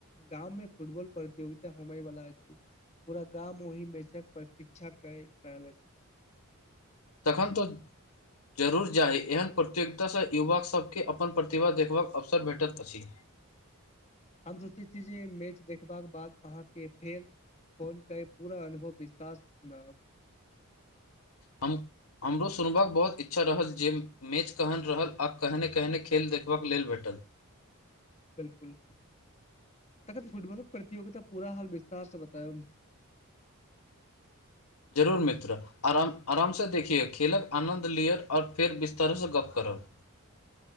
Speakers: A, on the left; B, on the left.
A: गाम मे फुटबॉल प्रतियोगिता होबेय बला अछि पूरा गामव ओहि मेचक प्रतिक्षा कैर रहले अछी
B: तखन तऽ जरूर जाइ एहन प्रतियोगितासँ युवा सबके अपन प्रतिभा देखबाक अवसर भेटैत अछि
A: हम सोचे छी जे मैच देखबाक बाद अहाँकेँ फेर फोन केँ पूरा अनुभव विश्तार सँ सुनब
B: हम हमरो सुनबाक बहुत इच्छा रहत जे मैच कहन रहल आ कहने केहने खेल देखबाक लेल भेटल
A: बिलकुल तखन फुटबॉलक प्रतियोगिता पूरा हाल विस्तार सँ बतैब
B: जरूर मित्र आराम आराम सँ देखियौ खेलक आनन्द लिअ आओर फेर बिस्तर सँ गप्प करब